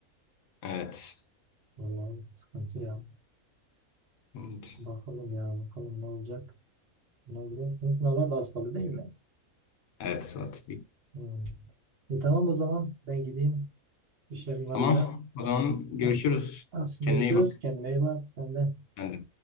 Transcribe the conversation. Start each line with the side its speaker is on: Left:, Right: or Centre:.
Left: Evet.
Right: Vallahi sıkıntı ya.
Left: Evet,
Right: Bakalım ya bakalım ne olacak. Buna göre senin sınavlar da az kaldı değil mi?
Left: evet Zuhat.
Right: Hmm. E tamam o zaman ben gideyim işlerim var
Left: Tamam
Right: biraz.
Left: o zaman görüşürüz.
Right: Tamam. Hadi görüşürüz.
Left: Kendine iyi bak.
Right: Kendine iyi bak. Sen de.
Left: Sen de.